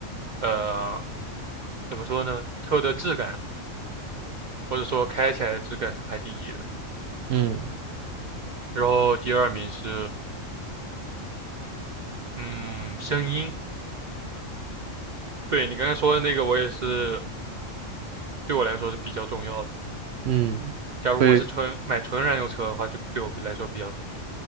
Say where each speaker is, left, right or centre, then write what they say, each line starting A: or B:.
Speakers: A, on the right (about 80°); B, on the right (about 65°).
A: 呃，怎么说呢？车的质感或者说开起来的质感是排第一的，
B: 嗯
A: 然后第二名是嗯声音。对你刚才说的那个，我也是对我来说是比较重要的。
B: 嗯，
A: 假如我是纯买纯燃油车的话，
B: 会
A: 就对我来说比较重要，